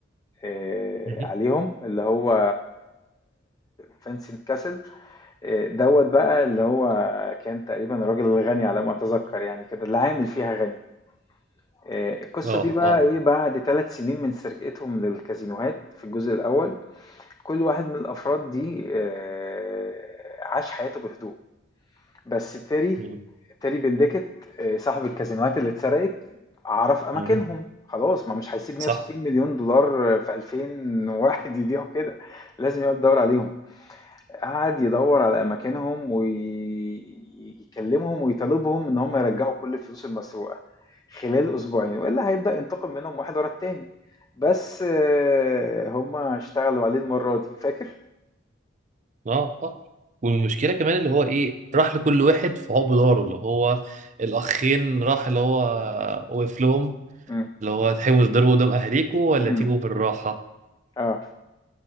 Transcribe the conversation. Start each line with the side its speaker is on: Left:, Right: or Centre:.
Left: آه،
Right: مهم.
Left: عليهم اللي هو فينسنت كاسل آه، دوت بقى اللي هو كان تقريبا الراجل الغني على ما اتذكر يعني كده اللي عامل فيها غني آه، القصة
Right: اه
Left: دي بقى
Right: اه
Left: ايه بعد ثلاث سنين من سرقتهم للكازينوهات في الجزء الأول كل واحد من الأفراد دي آه، عاش حياته بهدوء بس تيري
Right: مهم.
Left: تيري بندكت آه، صاحب الكازينوهات اللي اتسرقت عرف اماكنهم
Right: مهم.
Left: خلاص ما مش هيسيب
Right: صح
Left: 160 مليون دولار في 2000 واحد يضيعوا كده لازم يقعد يدور عليهم قعد يدور على اماكنهم ويكلمهم ويطالبهم ان هم يرجعوا كل الفلوس المسروقه خلال اسبوعين والا هيبدا ينتقم منهم واحد ورا التاني بس آه، هم اشتغلوا عليه المره دي فاكر
Right: اه آه. والمشكله كمان اللي هو ايه راح لكل واحد فهو بداره اللي هو الاخين راح اللي هو وقف لهم
Left: امم
Right: اللي هو تحبوا تضربوا قدام اهاليكوا ولا
Left: امم
Right: تيجوا بالراحه
Left: اه